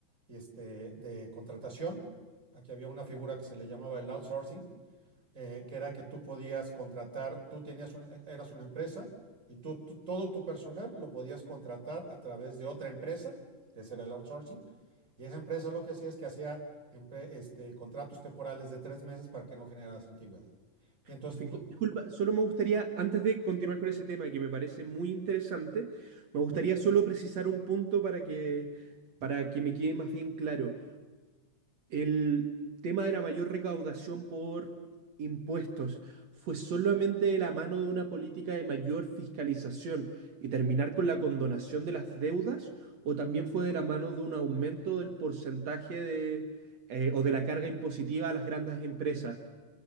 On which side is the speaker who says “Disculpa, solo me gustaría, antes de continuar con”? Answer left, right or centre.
Right